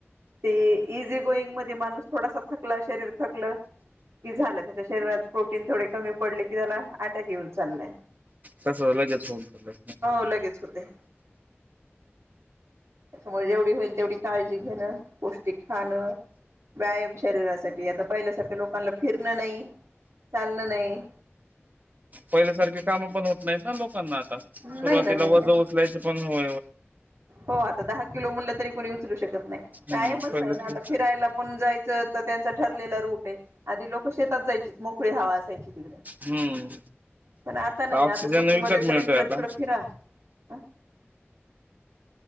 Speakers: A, on the right (about 80°); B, on the right (about 40°).
A: ते इझी गोईंग मध्ये माणूस थोडासा थकला शरीर थकलं की झालं त्याच्या शरीरात प्रोटीन थोडे कमी पडले त्याला अटक येऊन चाललय
B: कसलाच फनला
A: लगेच होते अच्छा मग जेवढी होईल तेवढी काळजी घेणं पौष्टिक खाण व्यायाम शरीरासाठी आता पहिल्यासारख्या लोकांना फिरणं नाही चाललं नाही
B: पहिल्यासारखी कामं पण होत नाहीत ना लोकांना सुरुवातीला
A: नाही ना नाही
B: वज
A: ना
B: उचलायचे पण हो
A: हो आता दहा किलो म्हणलं तरी कोणी उचलू शकत नाही व्यायामच
B: हम्म पहिले
A: नाही ना आता फिरायला पण जायचं तर त्यांचा ठरलेला रूट आहे आधी लोक शेतात जायची मोकळी हवा असायची
B: हम्म
A: पण आता नाही
B: ऑक्सिजन
A: आता सिटीमध्येध्ये
B: विकत मिळतोय
A: तर इकडं
B: आता
A: तिकड फिरा अ